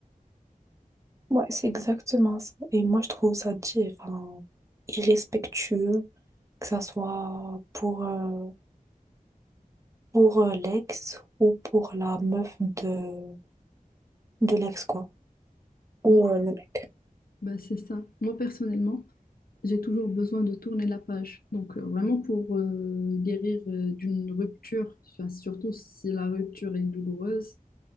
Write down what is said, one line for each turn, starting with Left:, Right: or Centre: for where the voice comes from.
Right: Ouais, c'est exactement ça. Et moi, je trouve ça di- enfin, irrespectueux, que ça soit pour, euh, pour euh, l'ex ou pour la meuf de, de l'ex, quoi.
Left: Moi,
Right: Ou euh, le mec.
Left: bah, c'est ça. Moi, personnellement, j'ai toujours besoin de tourner la page. Donc, euh, vraiment pour euh, guérir euh, d'une rupture, enfin, surtout si la rupture est douloureuse,